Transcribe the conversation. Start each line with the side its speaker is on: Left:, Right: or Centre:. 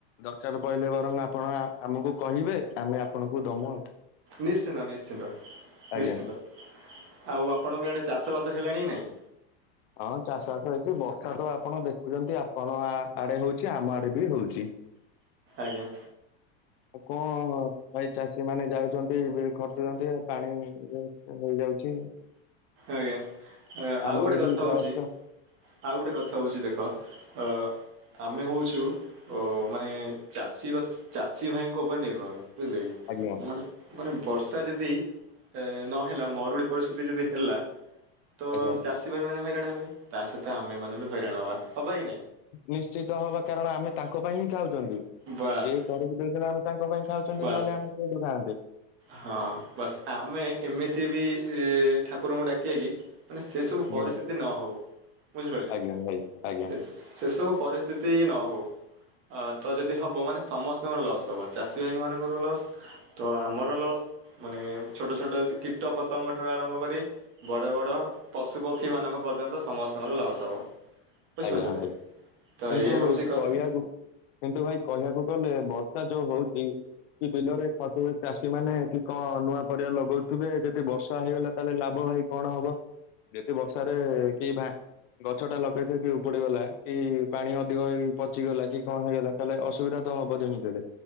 Left: ଦରକାର ପଇଲେ ବରଂ ଆପଣ ଆମକୁ କହିବେ ଆମେ ଆପଣଙ୍କୁ ଦମୁଁ ଆଉ।
Right: ନିଶ୍ଚିନ୍ତ ନିଶ୍ଚିନ୍ତ
Left: ଆଜ୍ଞା।
Right: ନିଶ୍ଚିନ୍ତ। ଆଉ ଆପଣଙ୍କ ଆଡ଼େ ଚାଷ ବାସ ହେଲାଣି ନାଇଁ।
Left: ହଁ ଚାଷ ବାଷ ହେଇଛି ବର୍ଷା ତ ଆପଣ ଦେଖୁଛନ୍ତି ଆପଣ ଆଡେ ହଉଛି ଆମ ଆଡେ ବି ହଉଛି।
Right: ଆଜ୍ଞା।
Left: ଆଉ କଣ ଭାଇ ଚାଷୀ ମାନେ ଯାଉଛନ୍ତି ଖଟୁଛନ୍ତି ପାଣି ହେଇଯାଉଛି।
Right: ଆଜ୍ଞା।
Left: ଆମ
Right: ଆଉ ଗୋଟେ
Left: ଏଇଠି
Right: କଥା
Left: ଜଷ୍ଟ
Right: ହେଉଛି। ଆଉ ଗୋଟେ କଥା ହେଉଛି ଦେଖ। ଅ ଆମେ ହଉଛୁ। ଓ ମାନେ ଚାଷୀ ବା ଚାଷୀ ଭାଇଙ୍କ ଉପରେ ନିର୍ଭର ବୁଝିଲେ କି।
Left: ଆଜ୍ଞା।
Right: ମାନେ ବର୍ଷା ଯଦି ନହେଲା ମରୁଡ଼ି ପରିସ୍ଥିତି ଯଦି ହେଲା। ତ
Left: ଆଜ୍ଞା
Right: ଚାଷୀ ଭାଇ ମାନେ ହଇରାଣ ହେବେ। ତା ସହିତ ଆମେ ମାନେ ବି ହଇରାଣ ହବା ହବା କି ନାଇ।
Left: ନିଶ୍ଚିତ ହବା କାରଣ ଆମେ ତାଙ୍କ ପାଇଁ ହିଁ ଖାଉଛନ୍ତି।
Right: ବାସ୍
Left: ଇଏ କରିକି ଦଉଛନ୍ତି ଆମେ ତାଙ୍କ ପାଇଁ ଖାଉଛନ୍ତି
Right: ବାସ୍
Left: ନହେଲେ ଆମେ କୋଉଠୁ ଖାଆନ୍ତେ।
Right: ହଁ ବାସ୍ ଆମେ ଏମିତି ବି ଠାକୁରଙ୍କୁ ଡାକିବା କିି। ମାନେ ସେ ସବୁ
Left: ଆଜ୍ଞା
Right: ପରିସ୍ଥିତି ନ ହଉ ବୁଝିପାରିଲେ
Left: ଆଜ୍ଞା
Right: ସେ
Left: ଭାଇ ଆଜ୍ଞା।
Right: ସବୁ ପରିସ୍ଥିତି। ସ୍ଥିତି ନ ହଉ। ତ ଯଦି ହବ ମାନେ ସମସ୍ତଙ୍କର ଲସ୍ ହେବ ଚାଷୀ ଭାଇ ମାନଙ୍କର ଲସ୍। ତ ଆମର ଲସ୍। ମାନେ ଛୋଟ ଛୋଟ କୀଟ ପତଙ୍ଗ ଠାରୁ ଆରମ୍ଭ କରି। ବଡ଼ ବଡ଼ ପଶୁପକ୍ଷୀମାନଙ୍କ ପର୍ଯ୍ୟନ୍ତ ସମସ୍ତଙ୍କର ଲସ୍ ହେବ। ବୁଝିପାରୁଛନ୍ତି
Left: ଆଜ୍ଞା ଭାଇ
Right: ତ
Left: କିନ୍ତୁ
Right: ଏଇଆ ହେଉଛି କଥା
Left: କହିବାକୁ। କିନ୍ତୁ ଭାଇ କହିବାକୁ ଗଲେ ବର୍ଷା ଯୋଉ ହଉଛି। କି ବିଲରେ ଖଟେ ଚାଷୀ ମାନେ କି କଣ ନୂଆ ପରିବା ଲଗଉଥିବେ ଯଦି ବର୍ଷା ହେଇଗଲା ତାହେଲେ ଲାଭ ଭାଇ। କଣ ହବ ଯେତେ ବର୍ଷାରେ କିବା ଗଛ ଟା ଲଗେଇ। ଉପୁଡିଗଲା। କି ପାଣି ଅଧିକ ହେଇ ପଚିଗଲା କି କଣ ହେଇଗଲା। ତାହେଲେ ଅସୁବିଧା ତ ହବ ଯେମିତିହେଲେ।